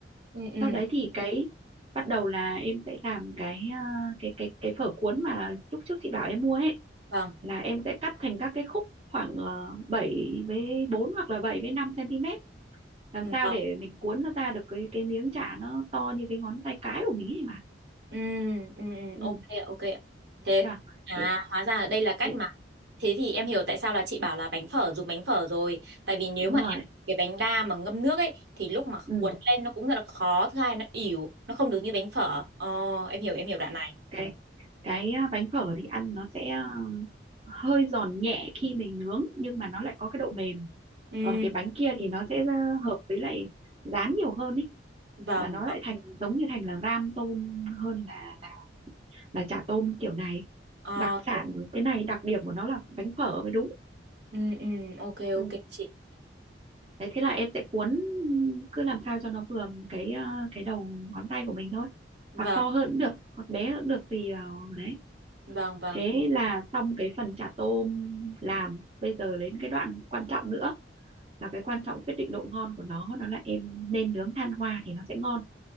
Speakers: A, on the right; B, on the right.
A: ừ ừ
B: sau đấy thì cái bắt đầu là em sẽ làm cái à, cái cái cái phở cuốn mà lúc trước chị bảo em mua ấy
A: vâng
B: là em sẽ cắt thành các cái khúc khoảng uh, 7 với 4 hoặc là 7 với 5 cm làm
A: ừ
B: sao
A: vâng.
B: để mình cuốn nó ra được cái cái miếng chả nó to như cái ngón tay cái của mình ấy mà
A: ừ ừ ừ,
B: ừ
A: ok ạ, ok ạ. thế
B: chưa?
A: à
B: thế
A: hóa ra là đây là cách
B: thế
A: mà thế thì em hiểu tại sao là chị bảo là bánh phở dùng bánh phở rồi tại vì nếu
B: đúng
A: mà
B: rồi
A: em cái bánh đa mà ngâm nước ấy thì lúc mà
B: ừ
A: cuốn lên nó cũng rất là khó thứ hai nó ỉu nó không được như bánh phở ờ em hiểu em hiểu đoạn này
B: cái cái à, bánh phở thì ăn nó sẽ à, hơi giòn nhẹ khi mình nướng nhưng mà nó lại có cái độ mềm
A: ừ
B: còn cái bánh kia thì nó sẽ à, hợp với lại rán nhiều hơn ý
A: vâng
B: mà nó
A: vâng
B: lại thành giống như thành là ram tôm hơn là là, là chả tôm kiểu này
A: Ờ,
B: đặc sản cái này đặc điểm của nó là bánh phở mới đúng
A: ừ ừ ok ok
B: ừ.
A: chị
B: đấy thế là em sẽ cuốn cứ làm sao cho nó vừa cái à, cái đầu ngón tay của mình thôi
A: vâng
B: hoặc to hơn cũng được hoặc bé hơn cũng được tùy vào đấy
A: vâng vâng
B: thế là xong cái phần chả tôm làm bây giờ đến cái đoạn quan trọng nữa là cái quan trọng quyết định độ ngon của nó nó là em nên nướng than hoa thì nó sẽ ngon